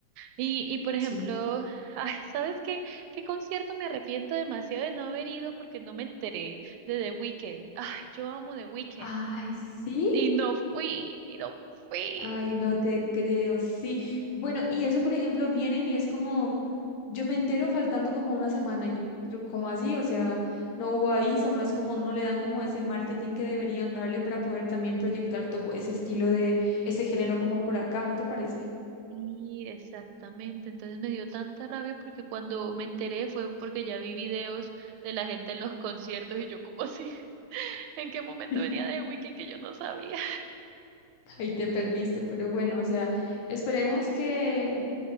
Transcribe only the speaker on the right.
Y, y por ejemplo,
<laughs> ay, ¿sabes qué? ¿Qué concierto me arrepiento demasiado de no haber ido porque no me enteré de The Weeknd? Ay, yo amo The Weeknd.
Y no fui, y no fui.
sí exactamente, entonces me dio tanta rabia porque cuando me enteré fue porque ya vi videos de la gente en los conciertos y yo como así, <laughs> ¿en qué momento
venía The Weeknd que yo no sabía?